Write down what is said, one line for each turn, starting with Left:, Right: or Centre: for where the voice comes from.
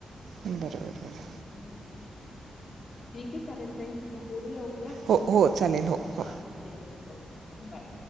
Right: बरोबर बर.
Left: हम्म ठीक आहे चालेल तई मग बोलूयाऊ.
Right: हो हो चालेल हो
Left: हा
Right: हो
Left: येस ओके बाय.